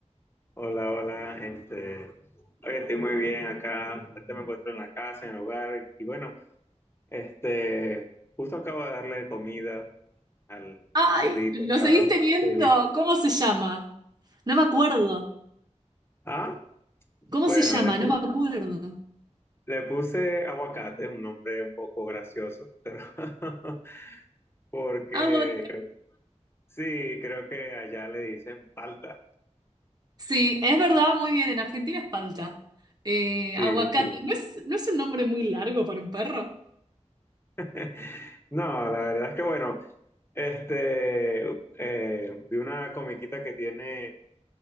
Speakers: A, on the left (about 20°); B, on the right (about 35°).
A: Hola, hola, este, hoy estoy muy bien acá, ahorita me encuentro en la casa, en el hogar, y bueno, este, justo acabo de darle comida al,
B: ¡Ay!
A: al perrito,
B: ¿Lo
A: está
B: seguís teniendo?
A: feliz.
B: ¿Cómo se llama? No me acuerdo.
A: Ah,
B: ¿Cómo
A: bueno,
B: se llama?
A: le puse,
B: No me acuerdo.
A: le puse aguacate, un nombre un poco gracioso, pero <laughs> porque
B: Agua.
A: creo, sí, creo que allá le dicen palta,
B: Sí, es verdad, muy bien, en Argentina es palta. Eh,
A: sí,
B: aguacate,
A: sí.
B: ¿no es, no es un nombre muy largo para un perro?
A: <laughs> No, la verdad es que bueno, este, eh, vi una comiquita que tiene